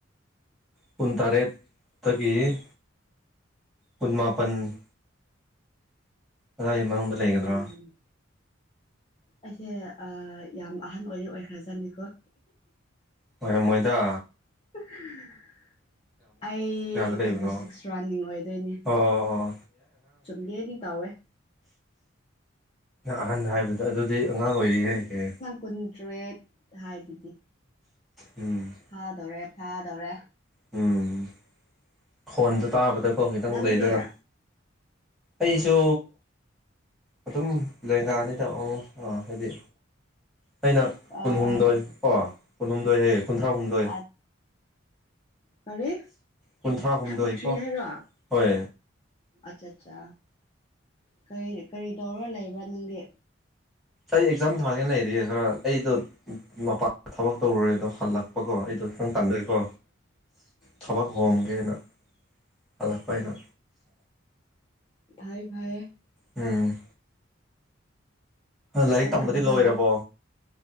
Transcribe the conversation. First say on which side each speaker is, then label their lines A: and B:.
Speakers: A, in the centre; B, on the left.
A: ꯀꯨꯟꯇꯔꯦꯠꯇꯒꯤ ꯀꯨꯟꯃꯄꯟ ꯀꯗꯥꯏ ꯃꯅꯨꯡꯗ ꯂꯩꯒꯗ꯭ꯔꯣ
B: ꯎꯝ ꯑꯩꯁꯦ ꯌꯥꯝ ꯑꯍꯟ ꯑꯣꯏꯔꯤ ꯑꯣꯏꯈ꯭ꯔꯖꯅꯤꯀꯣ
A: ꯍꯣꯏ ꯃꯣꯏꯗ
B: <unintelligible> ꯑꯩ
A: ꯀꯌꯥꯗ ꯂꯩꯕꯅꯣ
B: ꯇ꯭ꯋꯦꯟꯇꯤ
A: ꯑꯣ
B: ꯁꯤꯛꯁ ꯔꯥꯅꯤꯡ ꯑꯣꯏꯗꯣꯏꯅꯦ
A: ꯑꯣ ꯑꯣ
B: ꯆꯨꯝꯗꯦ ꯑꯩꯗꯤ ꯇꯋꯦ
A: ꯑꯍꯥꯟ ꯍꯥꯏꯕꯗ ꯑꯗꯨꯗꯤ ꯑꯉꯥꯡ ꯑꯣꯏꯔꯤ ꯍ ꯀꯩ
B: ꯀꯨꯟꯇ꯭ꯔꯦꯠ ꯍꯥꯏꯗꯨꯗꯤ
A: ꯎꯝ
B: ꯐꯥꯗꯧꯔꯦ ꯐꯥꯗꯧꯔꯦ
A: ꯎꯝ ꯐꯣꯟꯁꯨ ꯇꯥꯕꯗꯀꯣ ꯈꯤꯇꯪ
B: ꯅꯪꯗꯤ
A: ꯂꯩꯗꯅ ꯑꯩꯁꯨ ꯑꯗꯨꯝ ꯂꯦꯡꯒꯥꯅꯤꯠꯇꯕ ꯑꯃ ꯍꯥꯏꯗꯤ ꯑꯩꯅ
B: ꯑꯥ
A: ꯀꯨꯟꯍꯨꯝꯗꯣꯏ ꯑꯣ ꯀꯨꯟꯍꯨꯝꯗꯣꯏ ꯍꯌꯦ ꯀꯨꯟꯊ꯭ꯔꯥ ꯍꯨꯝꯗꯣꯏ
B: ꯑꯠ ꯀꯔꯤ
A: ꯀꯨꯟꯊ꯭ꯔꯥꯍꯨꯝꯗꯣꯏ
B: ꯊꯥꯔꯇꯤ ꯊ꯭ꯔꯤ
A: ꯀꯣ
B: ꯍꯥꯏꯔꯣ
A: ꯍꯣꯏ
B: ꯑꯠꯆꯥ ꯑꯠꯆꯥ ꯀꯔꯤ ꯀꯔꯤ ꯇꯧꯔꯒ ꯂꯩꯕ꯭ꯔꯥ ꯅꯪꯗꯤ
A: ꯑꯩ ꯑꯦꯛꯖꯥꯝ ꯊꯥꯖꯤꯅ ꯂꯩꯔꯤꯌꯦ ꯈꯔ ꯑꯩꯗꯣ ꯃꯄꯥꯟ ꯊꯕꯛ ꯇꯧꯔꯨꯔꯦ ꯑꯗꯣ ꯍꯜꯂꯛꯄꯀꯣ ꯑꯩꯗꯣ ꯈꯤꯇꯪ ꯇꯥꯟꯗꯩꯀꯣ
B: <unintelligible>
A: ꯊꯕꯛ ꯍꯣꯡꯣꯡꯒꯦꯅ ꯍꯜꯂꯛꯄ ꯑꯅ
B: ꯚꯥꯏ ꯐꯚꯥꯏ
A: ꯎꯝ ꯂꯥꯏꯔꯤꯛ
B: ꯀꯟꯅ
A: ꯇꯝꯕꯗꯤ
B: ꯍꯣꯠꯅꯧ
A: ꯂꯣꯏꯔꯕꯣ